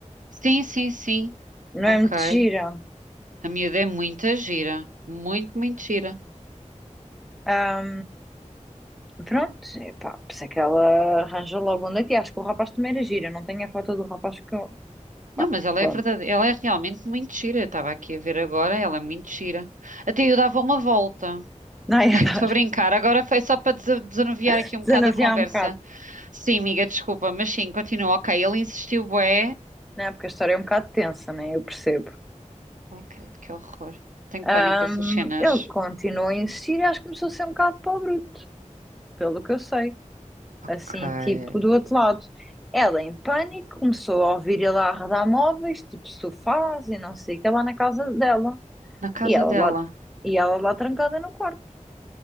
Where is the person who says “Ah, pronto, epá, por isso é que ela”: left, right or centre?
Centre